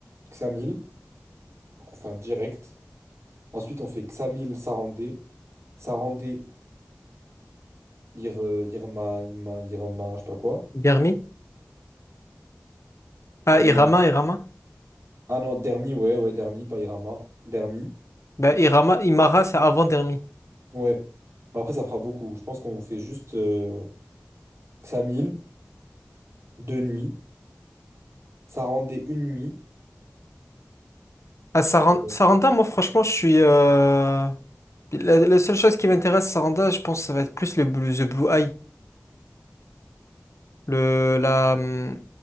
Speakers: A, on the right; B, on the left.
A: Xamil. Donc, on fait un direct. Ensuite, on fait Xamil, Sarandé. Sarandé, Ir, euh, Irma, Irma, Irma, je sais pas quoi.
B: Dermi? Ah,
A: Euh,
B: Irama, Irama?
A: Ah non, Dermi, ouais, ouais, Dermi, pas Irama. Dermi.
B: bah Irama, Imara, c'est avant Dermi.
A: Ouais. Bon, après, ça fera beaucoup. Je pense qu'on fait juste euh, ça 1000, deux nuits. Ça rendait une nuit.
B: Ah, Saran-
A: Euh,
B: Saranda, moi, franchement, je suis. euh, La, la seule chose qui m'intéresse, Saranda, je pense que ça va être plus le blue, The Blue Eye. Le, la, hum,